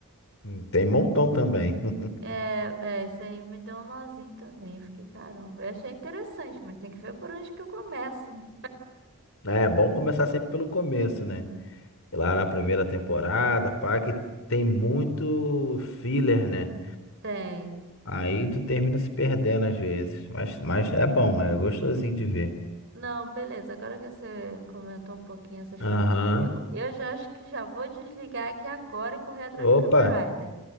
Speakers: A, on the left (about 65°); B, on the right (about 55°).
A: Hum, Tem montão também. <laughs>
B: É, é, esse aí me deu um nozinho também. Eu fiquei, caramba, eu achei interessante, mas tem que ver por onde que eu começo, né?
A: É bom começar sempre pelo começo, né? Lá na primeira temporada, pá, que tem muito filler, né?
B: Tem.
A: Aí tu termina se perdendo às vezes. Mas, mas é bom, é gostosinho de ver.
B: Não, beleza. Agora que você comentou um pouquinho essas
A: Aham.
B: coisas comigo, eu já acho que já vou desligar aqui agora e correr atrás
A: Opa,
B: do Kamen Rider.